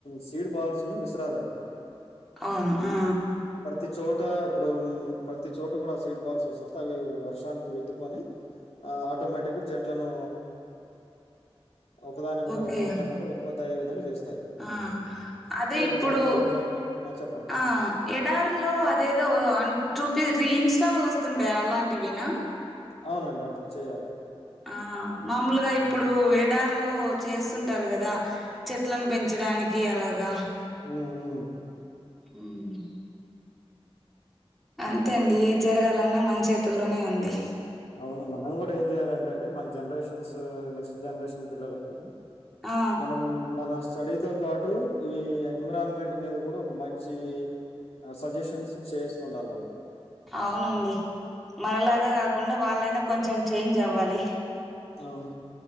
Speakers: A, on the left; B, in the centre.
A: సీడ్ బాల్స్ ను విసరాలన్మాట
B: అవును ఆ
A: ప్రతి చోట ఇప్పుడు మ్ ప్రతి చోట కూడా సీడ్ బాల్స్ విసుర్తే అవి వర్షానికి విత్తుకొని. ఆ ఆటోమేటిక్గా చెట్లను ఒకదానేమ్మట
B: ఓకే
A: ఒకటి ఒకదానోకటి ఓ. కొత్తయే విధంగా జేస్తాయి
B: ఆ అదే
A: సో,
B: ఇప్పుడు
A: మన జన్ ఆ! చెప్పండి.
B: ఆ ఎడార్లో అదేదో అన్ చూపి రీ ఇన్స్టాలో వస్తుంటాయి అలాంటివెనా.
A: అవునండి అట్లా చేయాలి
B: ఆ మామూలుగా
A: హ్మ్.
B: ఇప్పుడు ఏడార్లో చేస్తుంటారు గదా! చెట్లను పెన్. చడానికి అలాగా
A: ఉ ఉ హు
B: మ్ అన్తేన్డి ఏద్ జరగాలన్నా మన్చేతుల్లోనే ఉంది
A: అవును మనం కూడా ఏం జెయాలంటెన్డి మన్ జన్రేషన్స్, నెక్స్ట్ జన్రేషన్ పిల్లలకి.
B: ఆ
A: మనం మన స్టడీతో పాటు ఈ ఎన్విరాన్మెంట్ మీద కూడా ఒక మంచి అ సజెషన్స్ చేస్తుండాల వాళ్ళకి
B: అవునండి మనలాగా గాకుండా వాళ్ళైనా కొంచెం చేంజ్ అవ్వాలి.
A: అవును